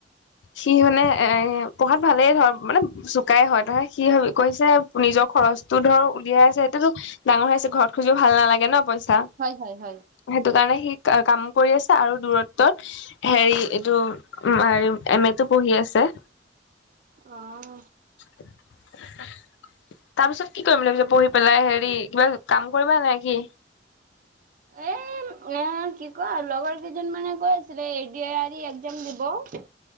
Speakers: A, on the left (about 75°); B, on the right (about 45°).
A: সি মানে এ পঢ়াত ভালেই ধৰ মানে চোক কাই হয়, ত সি কৈছে নিজৰ খৰচটো ধৰ উলিয়াই আছে সেইটোতো ডাঙৰ হৈ আহিছে ঘৰত খুজিও ভাল নালাগে ন পইচা।
B: হয় হয় হয়।
A: সেইটো কাৰণে সি কাম কৰি আছে আৰু দূৰত্বত হেৰি এইটো উম এম এ টো পঢ়ি আছে।
B: অহ।
A: <inaudible> তাৰপিছত কি কৰিম ভাবিছা পঢ়ি পেলাই হেৰি কিবা কাম কৰিবা নে কি?
B: এ এ কি ক লগৰ কেইজন মানে কৈ আছিলে এ দি আৰ ই একজাম দিব।